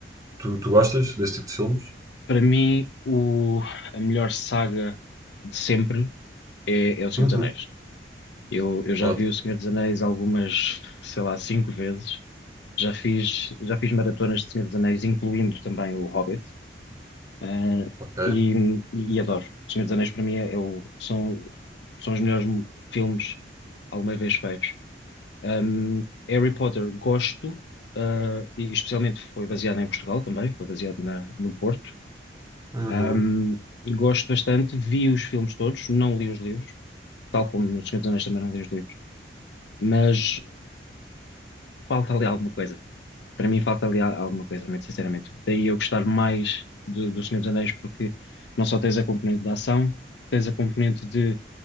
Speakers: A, on the right; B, on the left.
A: Tu, tu gostas desse tipo de filmes?
B: Para mim, o, a melhor saga de sempre é, é O Senhor
A: Uhum.
B: dos Anéis. Eu, eu já
A: Ótimo.
B: vi O Senhor dos Anéis algumas, sei lá, cinco vezes. Já fiz, já fiz maratonas de Senhor dos Anéis, incluindo também o Hobbit. Ah,
A: Ok.
B: e, e adoro. O Senhor dos Anéis, para mim, é, é o- são, são os melhores filmes alguma vez feitos. Ahm, Harry Potter, gosto, ah, e especialmente foi baseado em Portugal também, foi baseado na- no Porto.
A: Uhum.
B: Ahm, e gosto bastante, vi os filmes todos, não li os livros, tal como no Senhor dos Anéis também não li os livros. Mas. falta ali alguma coisa. Para mim falta ali al- alguma coisa, muito sinceramente. Daí eu gostar mais do, do Senhor dos Anéis, porque não só tens a componente da ação, tens a componente de